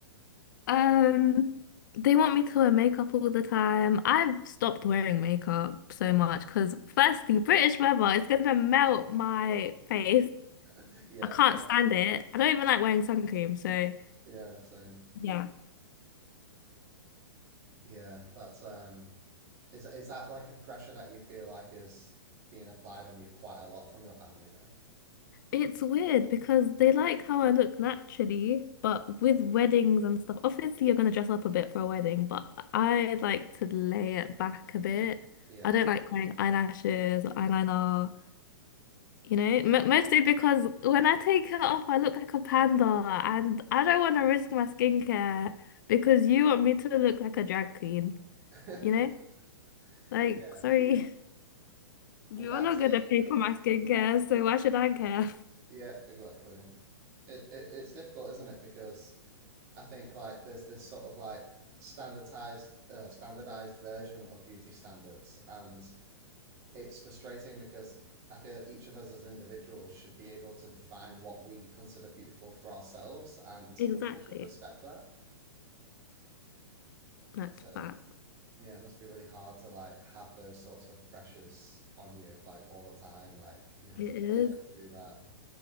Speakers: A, on the left; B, on the right.
A: Um, they want me to wear makeup all the time. I've stopped wearing makeup so much because firstly, British weather is gonna melt my face.
B: <laughs> Yeah,
A: I can't stand it. I don't even like wearing sun cream, so
B: yeah, same.
A: yeah.
B: Yeah, that's um is is that like a pressure that you feel like is being applied on you quite a lot from your family then?
A: It's weird because they like how I look naturally, but with weddings and stuff, obviously you're gonna dress up a bit for a wedding, but I like to lay it back a bit.
B: Yeah.
A: I don't like wearing eyelashes or eyeliner, you know, M mostly because when I take it off, I look like a panda, and I don't want to risk my skincare because you want me to look like a drag queen,
B: <laughs>
A: you know? Like,
B: Yeah.
A: sorry, <laughs> you're
B: Well, that's
A: not
B: it,
A: gonna pay
B: yeah.
A: for my skincare, so why should I care?
B: Yeah, exactly. It, it it's difficult, isn't it? Because I think like there's this sort of like standardized uh, standardized version of beauty standards, and it's frustrating because I feel each of us as individuals should be able to define what we consider beautiful for ourselves, and
A: <laughs> Exactly.
B: people should respect that.
A: That's
B: So
A: facts.
B: yeah, it must be really hard to like have those sorts of pressures on you like all the time. Like you have
A: It
B: to be
A: is.
B: this, you have to do that.